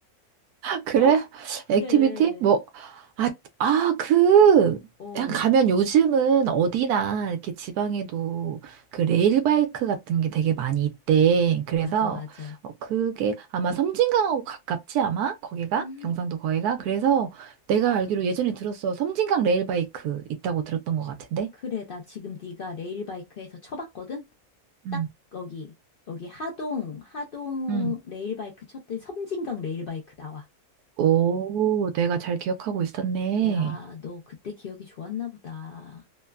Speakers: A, on the right; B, on the left.
A: 그래?
B: 어? 그래.
A: 액티비티? 뭐, 아, 아, 그,
B: 어,
A: 그냥 가면 요즘은 어디나 이렇게 지방에도 그 레일바이크 같은 게 되게 많이 있대. 그래서
B: 맞아 맞아.
A: 어, 그게 아마 섬진강하고 가깝지 아마? 거기가?
B: 음.
A: 경상도 거기가? 그래서 내가 알기로 예전에 들었어. 섬진강 레일바이크 있다고 들었던 것 같은데?
B: 그래 나 지금 네가 레일바이크에서 쳐봤거든.
A: 응.
B: 딱 거기 여기 하동 하동
A: 응.
B: 레일바이크 쳤더니 섬진강 레일바이크 나와.
A: 오, 내가 잘 기억하고 있었네.
B: 야, 너 그때 기억이 좋았나 보다.